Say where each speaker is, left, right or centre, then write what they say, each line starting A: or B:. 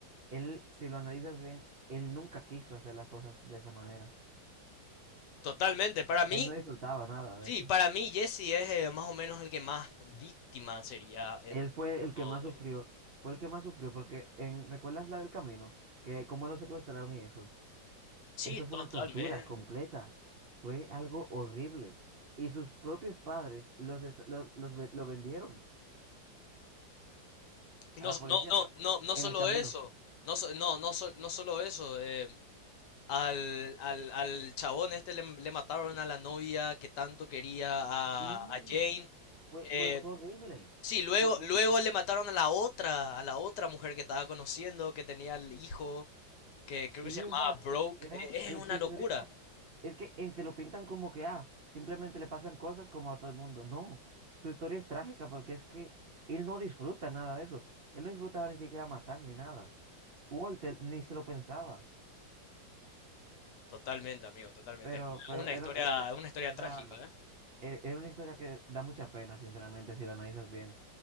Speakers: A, on the right (about 50°); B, on the left (about 65°).
A: él, si lo analizas bien, él nunca quiso hacer las cosas de esa manera.
B: Totalmente. Para mí,
A: Él no disfrutaba nada de
B: sí,
A: eso.
B: para mí Jesse es eh, más o menos el que más víctima sería en,
A: Él
B: en
A: fue el que
B: todo.
A: más sufrió,
B: ahí.
A: fue el que más sufrió porque en, ¿recuerdas la del camino? Que cómo lo secuestraron y eso.
B: Sí,
A: Eso fue
B: totalmente.
A: una tortura completa. Fue algo horrible. Y sus propios padres los, est- los, los ve- lo vendieron
B: No,
A: a la policía
B: no, no,
A: cu-
B: no, no
A: en
B: solo
A: el camino.
B: eso, no, so- no, no, so- no solo eso, eh, Al, al, al chabón este le, le mataron a la novia que tanto quería a,
A: Sí,
B: a Jane.
A: fue,
B: Eh,
A: fue, fue horrible.
B: sí, luego,
A: Fue horrible.
B: luego le mataron a la otra, a la otra mujer que estaba conociendo, que tenía el hijo, que
A: Sí,
B: creo que se llamaba
A: o sea,
B: Broke.
A: era,
B: Eh,
A: eh,
B: es una
A: su historia
B: locura.
A: Es que en- te lo pintan como que, ah, simplemente le pasan cosas como a todo el mundo. No, su historia es trágica porque es que él no disfruta nada de eso. Él no disfrutaba ni siquiera matar ni nada. Walter ni se lo pensaba.
B: Totalmente, amigo, totalmente.
A: Pero,
B: Es
A: pero
B: una
A: era,
B: historia,
A: era,
B: una historia
A: era-
B: trágica, ¿eh?
A: e- era una historia que da mucha pena, sinceramente, si la analizas bien.